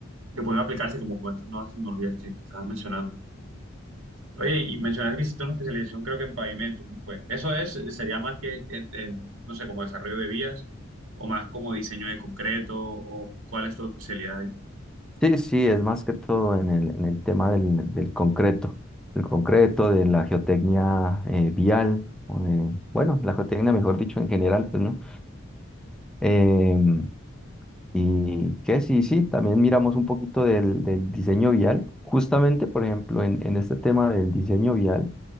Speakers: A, on the right; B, in the centre.
A: que pueden aplicarse como con estas nuevas tecnologías que, que estabas mencionando. Oye, y mencionaste que hiciste una especialización creo que en pavimentos, ¿no fue? Eso es, sería más que, que en, no sé, como desarrollo de vías o más como diseño de concreto o cuál es tu especialidad ahí.
B: Sí, sí, es más que todo en el, en el tema del, del concreto, el concreto, de la geotecnia eh, vial, o de- bueno, la geotecnia, mejor dicho, en general, pues, ¿no? Em, y que sí, sí, también miramos un poquito del, del diseño vial. Justamente, por ejemplo, en, en este tema del diseño vial,